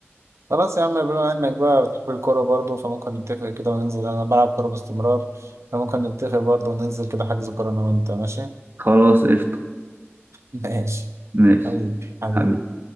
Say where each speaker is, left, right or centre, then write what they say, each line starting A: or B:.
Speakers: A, on the right; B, on the right.
A: خلاص يا عم بما انك بقى بتحب الكورة برضه فممكن نتفق كده وننزل انا بلعب كورة باستمرار فممكن نتفق برضه وننزل كده حجز كورة انا وانت ماشي <laughs>
B: خلاص قشطة
A: ماشي
B: ماشي
A: حبيبي حبيبي
B: حبيبي